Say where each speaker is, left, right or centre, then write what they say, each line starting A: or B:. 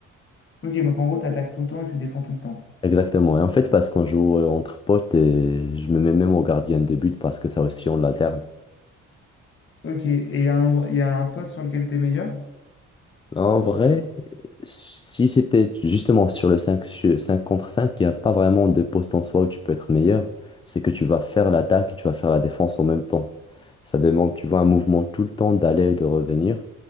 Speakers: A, on the left; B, on the left.
A: Ok, donc en gros, tu attaques tout le temps et tu défends tout le temps.
B: Exactement. Et en fait parce qu'on joue euh, entre potes et je me mets même au gardien de but parce que ça aussi on l'alterne.
A: Ok, et il y a un, endroit- il y a un poste sur lequel tu es meilleur?
B: En vrai,
A: Enfin,
B: si c'était justement sur le cinq sur- 5 contre 5, il n'y a pas vraiment de poste en soi où tu peux être meilleur, c'est que tu vas faire l'attaque et tu vas faire la défense en même temps. Ça demande, tu vois, un mouvement tout le temps d'aller et de revenir.